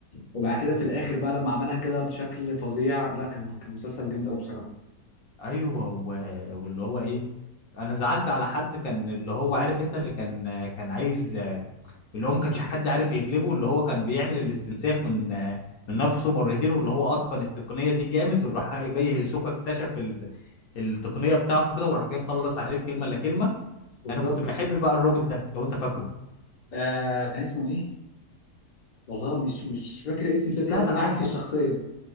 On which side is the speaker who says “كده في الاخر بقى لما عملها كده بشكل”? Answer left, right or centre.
Left